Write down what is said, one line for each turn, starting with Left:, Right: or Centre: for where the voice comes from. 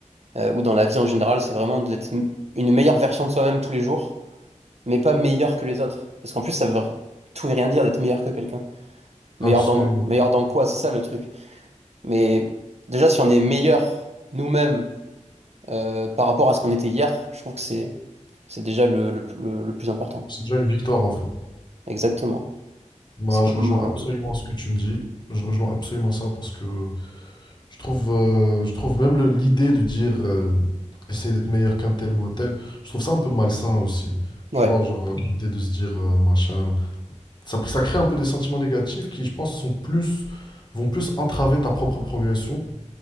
Right: euh, ou dans la vie en général, c'est vraiment d'être une meilleure version de soi-même tous les jours, mais pas meilleur que les autres. Parce qu'en plus, ça veut tout et rien dire d'être meilleur que quelqu'un. Meilleur
Left: absolument.
Right: dans, meilleur dans quoi? C'est ça le truc. Mais déjà, si on est meilleur nous-mêmes euh, par rapport à ce qu'on était hier, je trouve que c'est, c'est déjà le, le, le- le plus important.
Left: C'est déjà une victoire en fait.
Right: Exactement.
Left: Bah,
Right: C'est comme...
Left: je rejoins
Right: euh,
Left: absolument ce que tu me dis. Je rejoins absolument ça parce que je trouve, euh, je trouve même le- l'idée de dire euh, essayer d'être meilleur qu'un tel ou un tel, je trouve ça un peu malsain aussi. Tu
Right: ouais.
Left: vois, genre euh, l'idée de se dire euh, machin, ça, ça crée un peu des sentiments négatifs qui, je pense, sont plus, vont plus entraver ta propre progression